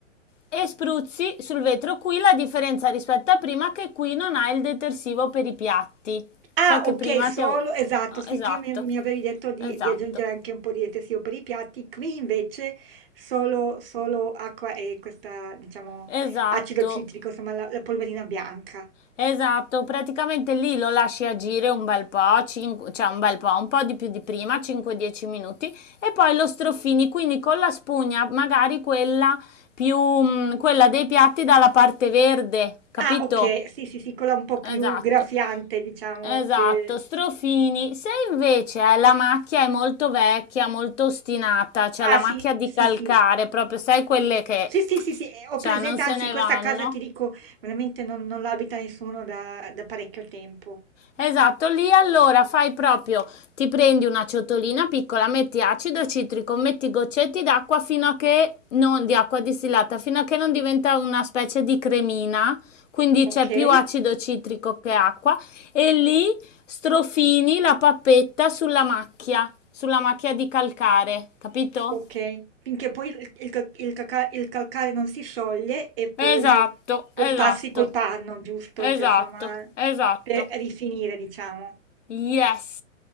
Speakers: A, on the left; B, on the right.
A: E spruzzi sul vetro qui la differenza rispetto a prima che qui non ha il detersivo per i piatti.
B: Ah,
A: Sai che
B: okay,
A: prima
B: solo
A: ti avevo...
B: esatto,
A: Ah,
B: sì,
A: Esatto,
B: prima mi mi avevi detto di
A: esatto,
B: di aggiungere anche un po' di detersivo per i piatti, qui invece solo solo acqua e questa diciamo
A: esatto,
B: acido citrico, insomma la la polverina bianca.
A: esatto. Praticamente lì lo lasci agire un bel po', cinque- cioè un bel po', un po' di più di prima, 5-10 minuti, e poi lo strofini, quindi con la spugna, magari quella più, mm, quella dei piatti dalla parte verde, capito?
B: Ah, okay, sì, sì, sì, quella un po' più
A: Esatto.
B: graffiante diciamo
A: Esatto,
B: che
A: strofini. Se invece hai la macchia è molto vecchia, molto ostinata, cioè
B: ah
A: la
B: sì,
A: macchia di
B: sì,
A: calcare,
B: sì.
A: proprio sai quelle che,
B: Sì, sì, sì, sì, ehm, ho
A: cioè,
B: presente,
A: non se
B: anzi
A: ne
B: questa
A: vanno,
B: casa ti dico veramente non non l'abita nessuno da da parecchio tempo.
A: Esatto, lì allora fai proprio, ti prendi una ciotolina piccola, metti acido citrico, metti goccetti d'acqua fino a che non, di acqua distillata, fino a che non diventa una specie di cremina, quindi
B: Okay.
A: c'è più acido citrico che acqua, e lì strofini la pappetta sulla macchia, sulla macchia di calcare, capito?
B: Okay. Finché poi il il ca il caca il calcare non si scioglie e poi
A: Esatto,
B: poi
A: esatto,
B: passi col panno, giusto?
A: esatto,
B: Cioè insomma
A: esatto.
B: per rifinire diciamo.
A: Yes.